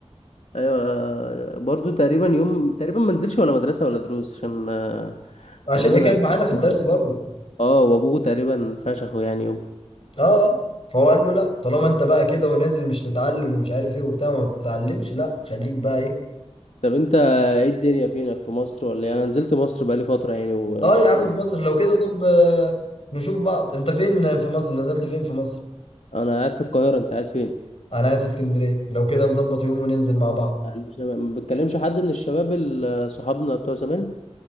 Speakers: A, on the left; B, on the left.
A: ايوه آه، برضو تقريبا يوم تقريبا ما نزلش ولا مدرسه ولا دروس عشان آه،
B: عشان
A: تقريبا
B: هي كانت
A: ابوه
B: معانا في الدرس برضه
A: اه وابوه تقريبا فشخه يعني يوم
B: اه آه. فهو قال له لا طالما انت بقى كده ونازل مش تتعلم ومش عارف ايه وبتاع ما بتتعلمش لا خليك بقى ايه
A: طب انت ايه الدنيا فينك في مصر ولا إيه؟ انا نزلت مصر بقالي فتره يعني وش...
B: اه يا عم
A: و...
B: في مصر لو كده طب آه، نشوف بعض انت فين في مصر نزلت فين في مصر
A: انا قاعد في القاهره انت قاعد فين
B: انا قاعد في اسكندريه لو كده نظبط يوم وننزل مع بعض
A: ما عنديش- ما بتكلمش حد من الشباب ال- صحابنا بتوع زمان